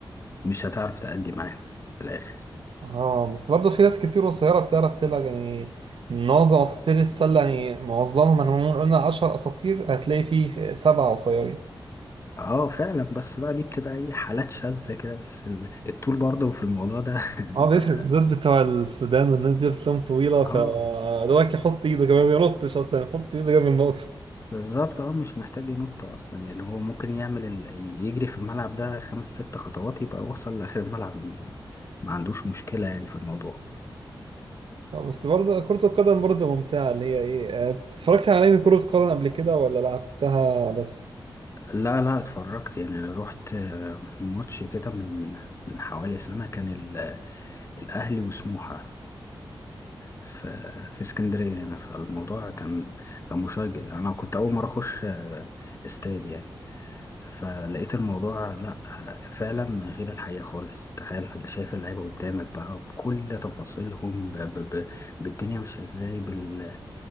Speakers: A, on the left (about 35°); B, on the right (about 90°).
A: مش هتعرف تأدي معاهم في الاخر
B: اه بس برضه في ناس كتير قصيرة بتعرف تلعب يعني معظم اساطير السلة يعني معظمهم انا لو قلنا 10 اساطير هتلاقي فيه سبعة قصيرين
A: اه فعلا بس بقى دي بتبقى ايه حالات شاذة كده بس ال- الطول برضه في الموضوع ده <laughs> بيبقى
B: اه بيفرق بالذات بتوع السودان والناس دي بتلاقيهم طويلة فدوك
A: اه
B: يحط ايده كمان ما بينطش اصلا يحط ايده جنب النقطة
A: بالظبط اه مش محتاج ينط اصلا يعني هو ممكن يعمل ال... يجري في الملعب ده خمس ست خطوات يبقى وصل لاخر الملعب ما ما عندوش مشكلة يعني في الموضوع
B: اه بس برضه كرة القدم برضه ممتعة اللي هي ايه اه، اتفرجت على انمي كرة قدم قبل كده ولا لعبتها بس؟
A: لا لا اتفرجت يعني انا روحت آه، ماتش كده من من حوالي سنة كان ال- الاهلي وسموحة في في اسكندرية هنا فالموضوع كان كان مشجع انا كنت اول مرة اخش آه، استاد يعني فلقيت الموضوع لا فعلا غير الحقيقة خالص تخيل شايف اللعيبة قدامك بقى بكل تفاصيلهم ب... ب... ب... بالدنيا مش ازاي بال...